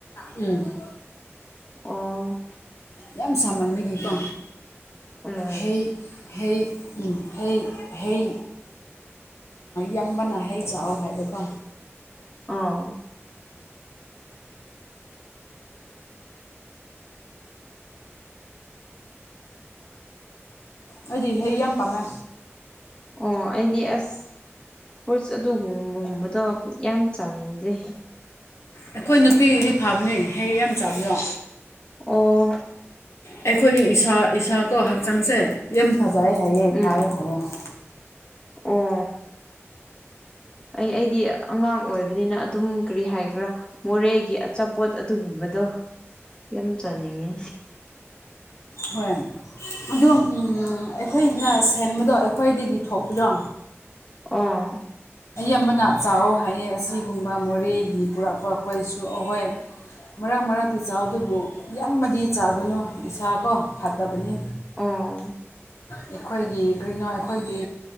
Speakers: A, on the left (about 75°); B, on the left (about 20°).
A: ꯎꯝ
B: ꯑꯣ
A: ꯌꯥꯝ ꯁꯥꯃꯟꯕꯒꯤꯀꯣ
B: ꯎꯝ
A: ꯍꯩ ꯍꯩ ꯎ ꯍꯩ ꯍꯩ ꯌꯥꯝꯕꯅ ꯍꯩ ꯆꯥꯛ ꯍꯥꯏꯕꯀꯣ
B: ꯑꯥꯎ
A: ꯍꯧꯖꯤ ꯍꯌꯦ ꯌꯥꯝ ꯑꯃ ꯄꯥꯃꯦ
B: ꯑꯣ ꯑꯩꯗꯤ ꯑꯁ ꯐꯨꯨꯔꯁ ꯑꯗꯨꯒꯨꯝꯒꯨꯝꯕꯗꯣ ꯌꯥꯝ ꯆꯥꯅꯤꯡꯗꯦ
A: ꯑꯩꯈꯣꯏ ꯅꯨꯄꯤꯗꯤ ꯐꯥꯕꯅꯦ ꯍꯌꯦ ꯌꯥꯝ ꯆꯥꯕꯅꯣ
B: ꯑꯣ
A: ꯑꯩꯈꯣꯏꯒꯤ ꯏꯁꯥ ꯏꯁꯥꯀꯣ ꯍꯛꯆꯥꯡꯁꯦ ꯌꯥꯝ ꯐꯖꯩ ꯍꯥꯏꯌꯦ ꯐꯥꯏ
B: ꯎꯝ
A: ꯍꯥꯏꯌꯦꯦ
B: ꯑꯣ ꯑꯩ ꯑꯩꯗꯤ ꯑꯉꯥꯡ ꯑꯣꯏꯕꯅꯤꯅ ꯑꯗꯨꯝ ꯀꯔꯤ ꯍꯥꯏꯒ꯭ꯔꯥ ꯃꯣꯔꯦ ꯒꯤ ꯑꯆꯥꯄꯣꯠ ꯑꯗꯨꯒꯨꯝꯕꯗꯣ ꯌꯥꯝ ꯆꯥꯅꯤꯡꯉꯤ
A: ꯍꯣꯏ ꯑꯗꯨ ꯑꯩꯈꯣꯏꯅ ꯁꯦꯝꯕꯗꯣ ꯑꯩꯈꯣꯏꯗꯒꯤ ꯊꯣꯛꯄꯗꯣ
B: ꯑ
A: ꯑꯕꯅ ꯆꯥꯎꯋ ꯍꯥꯏꯌꯦ ꯑꯁꯤꯒꯨꯝꯕ ꯃꯣꯔꯦꯒꯤ ꯄꯨꯔꯛꯄ ꯑꯩꯈꯣꯏꯁꯨ ꯑꯍꯣꯏ ꯃꯔꯛ ꯃꯔꯛꯇꯤ ꯆꯥꯗꯨꯕꯨ ꯌꯥꯝꯃꯗꯤ ꯆꯥꯒꯅꯨ ꯏꯁꯥ ꯀꯣ ꯐꯠꯇꯕꯅꯤ
B: ꯑꯥ
A: ꯑꯩꯈꯣꯏꯒꯤ ꯀꯔꯤꯅꯣ ꯑꯩꯈꯣꯏꯗꯤ